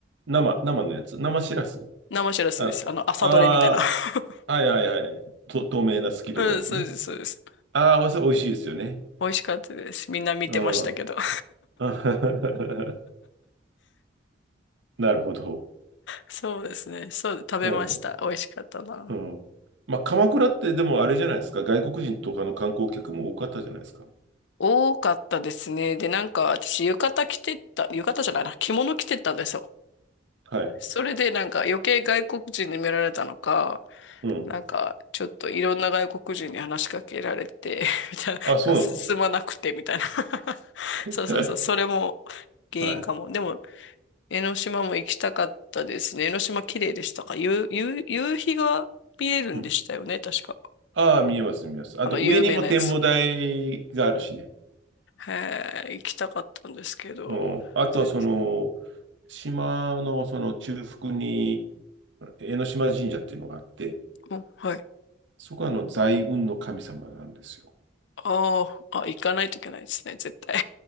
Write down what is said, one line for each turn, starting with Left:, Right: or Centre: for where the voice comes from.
Right: 生、生のやつ。生しらす。
Left: 生しらすです。
Right: あ、
Left: あの、朝どれみたいな。
Right: あ
Left: <laughs>
Right: ー、はいはいはい。と、透明な透き通ったやつね。
Left: うん、そうです、そうです。
Right: ああ、それ美味しいですよね。
Left: 美味しかったです。みんな見てましたけど。
Right: うん。
Left: <laughs>
Right: <laughs> なるほど。
Left: そうですね。そう、食べました。
Right: うん。
Left: 美味しかったな。
Right: うん。まあ、鎌倉ってでもあれじゃないですか。外国人とかの観光客も多かったじゃないですか。
Left: 多かったですね。で、なんか私浴衣着てった、浴衣じゃないな、着物着てったんですよ。
Right: はい。
Left: それでなんか余計外国人に見られたのか、
Right: うん。
Left: なんかちょっといろんな外国人に話しかけられて、<laughs> みたいな、
Right: あ、そう
Left: 進まなくてみたいな。<laughs>
Right: なの。
Left: そうそうそう、それも原因かも。
Right: <laughs> はい。
Left: でも、江ノ島も行きたかったですね。江ノ島綺麗でしたか夕、夕、夕日が見えるんでしたよね、
Right: うん。
Left: 確か。
Right: ああ、見えます、見えます。あと、
Left: あの、
Right: 上にも展望台があるしね。
Left: 有名なやつ。へえ、行きたかったんですけど、
Right: うん。あとは、
Left: 全然。
Right: その、島のその中腹に、江ノ島神社っていうのがあって、
Left: お、はい。
Right: そこはあの財運の神様なんですよ。
Left: ああ、あ、行かないといけないですね、絶対。